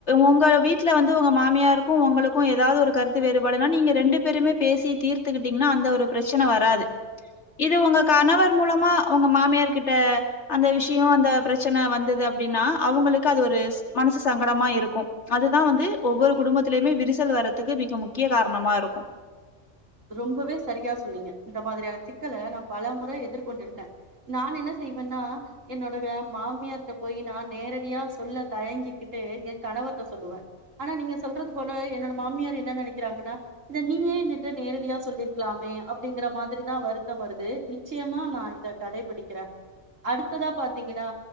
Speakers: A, on the left; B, on the right.
A: ஒங்க வீட்ல வந்து ஒங்க மாமியாருக்கு ஒங்ளுக்கு எதாது ஒரு கருத்து வேறுபாடுனா நீங்க ரெண்டு பேருமே பேசி தீர்த்துகிட்டீங்கன்னா அந்த ஒரு பிரச்சன வராது இது உங்க கணவர் மூலமா ஒங்க மாமியார் கிட்ட அந்த விஷயோ அந்த பிரச்சன வந்தது அப்டின்னா அவுங்களுக்கு அது ஒரு மனசு சங்கடமா இருக்கு அதுதா வந்து ஒவ்வொரு குடும்பத்துலயுமே விரிசல் வறதுக்கு மிக முக்கிய காரணமா இருக்கு
B: ரொம்பவே சரியா சொன்னீங்க இந்த மாரியான சிக்கல நா பல முறை எதிர்கொண்டிருக்கே நான் என்ன செய்வேன்னா என்னோட மாமியார்ட்ட போய் நா நேரடியா சொல்ல தயங்கிக்கிட்டு ஏ கணவர்ட்ட சொல்லுவே ஆனா நீங்க சொல்றது போல என்னோட மாமியார் என்ன நெனைக்கிறாங்கன்னா இத நீயே ஏ ன்ட்ட நேரடியா சொல்லிருக்கலாமே அப்டிங்கிற மாரிதா வருத்தம் வருது நிச்சயமா நா இத கடைபிடிக்கிறே அடுத்ததா பாத்தீங்கன்னா